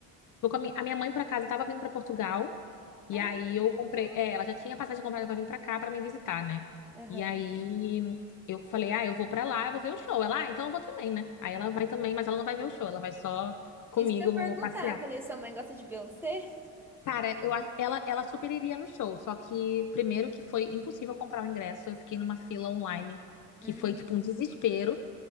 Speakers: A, on the left; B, in the centre.
A: Vou com a, mi- a minha mãe, por acaso, tava vindo pra Portugal. E
B: Ah,
A: aí eu comprei.
B: tá.
A: É, ela já tinha passagem comprada pra vir pra cá pra me visitar, né?
B: aham.
A: E aí eu falei, ah, eu vou pra lá, eu vou ver o show. Ela, ah, então eu vou também, né? Aí ela vai também, mas ela não vai ver o show, ela vai só comigo
B: Isso que eu ia perguntar.
A: passear.
B: Falei, sua mãe gosta de Beyoncé?
A: Cara, eu acho, ela, ela super iria no show, só que primeiro que foi impossível comprar o ingresso, eu fiquei numa fila online, que
B: Hum.
A: foi tipo um desespero.